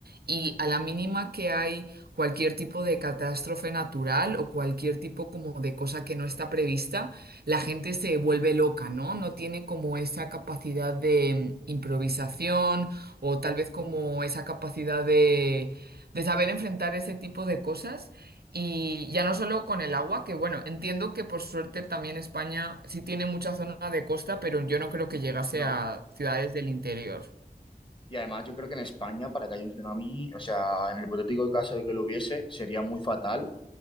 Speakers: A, on the right; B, on the left.
A: y a la mínima que hay cualquier tipo de catástrofe natural o cualquier tipo como de cosa que no está prevista, la gente se vuelve loca, ¿no? No tiene como esa capacidad de mm, improvisación o tal vez como esa capacidad de, de saber enfrentar ese tipo de cosas. Y ya no solo con el agua, que bueno, entiendo que por suerte también España sí tiene mucha zona de costa, pero yo no creo que llegase
B: No.
A: a ciudades del interior.
B: Y además yo creo que en España, para que haya un tsunami, o sea, en el hipotético caso de que lo hubiese, sería muy fatal,